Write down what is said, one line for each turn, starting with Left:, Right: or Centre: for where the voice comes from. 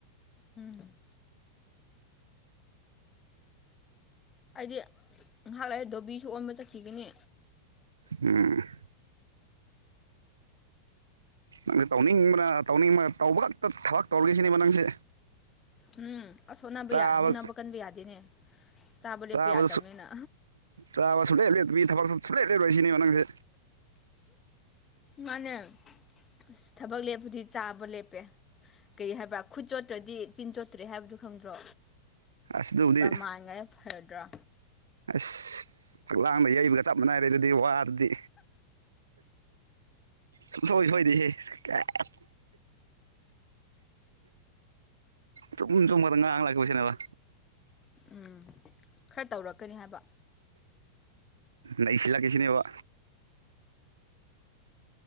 Left: ꯎꯝ ꯑꯩꯗꯤ ꯉꯥꯏꯍꯥꯛ ꯂꯩꯥꯔꯒ ꯗꯣꯕꯤꯁꯨ ꯑꯣꯟꯕ ꯆꯠꯈꯤꯒꯅꯤ
Right: ꯎꯝ ꯅꯪꯁꯦ ꯇꯧꯅꯤꯡꯕꯅ ꯇꯧꯅꯤꯡꯕ ꯇꯧꯕ ꯈꯛꯇ ꯊꯕꯛ ꯇꯧꯔꯒꯦꯁꯤꯅꯦꯕ ꯅꯪꯁꯦ
Left: ꯎꯝ ꯑꯁ ꯍꯣꯠꯅꯕ
Right: ꯆꯥꯕ
Left: ꯌꯥ ꯍꯣꯠꯅꯕ ꯀꯟꯕ ꯌꯥꯗꯦꯅꯦ ꯆꯥꯕ ꯂꯦꯞꯄ
Right: ꯆꯥꯕꯗ
Left: ꯌꯥꯗꯕꯅꯤꯅ
Right: ꯆꯥꯕ ꯁꯨꯛꯂꯦꯞ ꯂꯦꯞꯇꯕꯤ ꯊꯕꯛꯁꯨ ꯁꯨꯛꯂꯦꯞ ꯂꯦꯞꯂꯣꯏ ꯁꯤꯅꯦꯕ ꯅꯪꯁꯦ
Left: ꯃꯥꯅꯦ ꯑꯁ ꯊꯕꯛ ꯂꯦꯞꯄꯗꯤ ꯆꯥꯕ ꯂꯦꯞꯄꯦ ꯀꯔꯤ ꯍꯥꯏꯕ ꯈꯨꯠ ꯆꯣꯠꯇ꯭ꯔꯗꯤ ꯆꯤꯟ ꯆꯣꯠꯇ꯭ꯔꯦ ꯍꯥꯏꯕꯗꯨ ꯈꯪꯗ꯭ꯔꯣ
Right: ꯑꯁ ꯑꯗꯨꯕꯨꯗꯤ
Left: ꯄ꯭ꯔꯃꯥꯟꯒꯅ ꯐꯔꯗ꯭ꯔꯥ
Right: ꯑꯁ ꯐꯛꯂꯥꯡꯗ ꯌꯩꯕꯒ ꯆꯞ ꯃꯥꯟꯅꯥꯔꯦ ꯑꯗꯨꯗꯤ ꯋꯥꯗꯨꯗꯤ ꯁꯨꯡꯁꯣꯏ ꯁꯣꯏꯗꯦꯍꯦ ꯀꯥꯏ <unintelligible> ꯑꯁ ꯆꯨꯝ ꯑꯆꯨꯝꯕ ꯉꯥꯛꯇ ꯉꯥꯡꯂꯛꯄꯁꯤꯅꯕ
Left: ꯎꯝ ꯈ꯭ꯔ ꯇꯧꯔꯛꯀꯅꯤ ꯍꯥꯏꯕ
Right: ꯅꯩꯁꯤꯜꯂꯒꯦ ꯁꯤꯅꯦꯕ